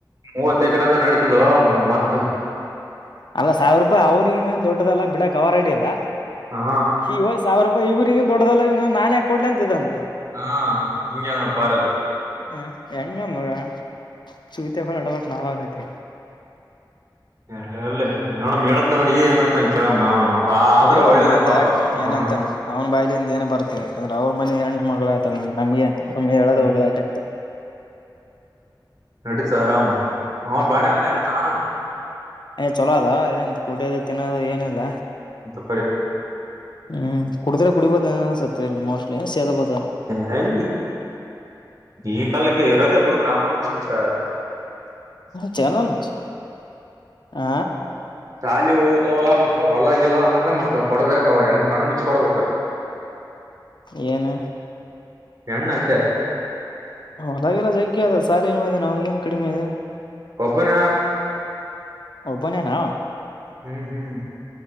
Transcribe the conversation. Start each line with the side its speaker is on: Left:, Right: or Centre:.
Right: ಮೂವತ್ತೆಕರ ಅಂದ ನಡೀತದ ಮತ್ತ
Left: ಅಲ್ಲ ಸಾವಿರ ರೂಪಾಯಿ ಅವಳಿ ದೊಡ್ಡದಲ್ಲ ಬಿಡ ಕ ಅವ ಆ ರೆಡಿಲ್ಲ
Right: ಹಾ
Left: ಶಿವ ಸಾವಿರ ರೂಪಾಯಿ ಇವ ನೀ ದೊಡಲ್ಲ ಇವ ನಾನ ಯಾಕ ಕೊಡ್ಲ ಅಂತ ಇದ ಅಂತೆ
Right: ಹಾ ಇಂಗ ನೋಡು ಪಾರದು
Left: ಹ ಹೆಂಗ ನೋಡ ಚೂತ ಹೊಳ ಆಡ್ಬೇಕಕ್ ನಾವ ಆಗೈತಿ
Right: ಎಳ್ಳ ಹೇಳಲಿ ನೋಡಮ್ ಹೇಳತ್ ನವ್ನಗ ಏನಂತ ಕೇಳಮ್ಮ ನಾವು ಆದ್ರ
Left: ಹೇಳ ಒಂದ್
Right: ಒಳ್ಳೇದೆ
Left: ಮಾತ್
Right: ಪಾಪ
Left: ಯಾಕ ಏನಂತನ್
Right: ಹಾ
Left: ಅವನ ಬಾಯ್ಲಿ ಏನ್ ಬರ್ತದೆ ಯಾಕಂದ್ರೆ ಅವ್ರ ಮನಿ ಹೆಣ್ಣ ಮಗಳ ಆಗ್ತಾಳ ನಮಗೆ ಏನ್ ಸಮ್ಮ್ನೆ ಹೇಳದ್
Right: ಹ್ಮ್
Left: ಹೋಗೋದ ಆಟೆ
Right: ನಡತು ಆರಾಮ ಅವನ್
Left: ಹ್ಮ್
Right: ಬಾರ ಅಲ್ಲೇ
Left: ನಡಿ
Right: ಅವ್ನಾ
Left: ಏ ಚುಲೋದೋ ತ್ ಕುಡಿಯೋದು ತಿನ್ನೋದು ಏನಿಲ್ಲ
Right: ಬ
Left: ಹ್ಮ್ ಕುಡಿದ್ರೆ ಕುಡಬೋದ ಏನೋ ಅನ್ಸುತ್ತೆ ಇಲ್ಲಿ ಮೋಸ್ಟ್ಲಿ ಸೇದ್ಬೋದ
Right: ಹಯ ಈ ಕಾಲಕ್ಕೆ ಇರೋದ ಇಬ್ಳ ಕಾಮನ ಹ
Left: ಚಲೋನ ಹಾ
Right: <unintelligible> ಹೊಲಗಲ್ಲ ಅಂದ್ರೆ ಮತ್ ಕೊಡ್ಬೇಕ ಅವ ಹೆಂಗ್ ಕಣು ಮುಚ್ಚಿ ಕೊಡ್ಬೇಕ
Left: ಏನು
Right: ಹೆಣ್ಣಂದ್ಯ
Left: ಹೊಲಾಗಿಲಾ ಜಗ್ಗೇ ಅದ ಸಾಲೀನೂ ಓದ್ಯಾನ ಅವಂಗೇನು ಕಡಿಮೆ ಇದೆ
Right: ಒಬ್ಬನ
Left: ಒಬ್ಬನೇ ನಾವಾ
Right: ಹ್ಮ್ ಹ್ಮ್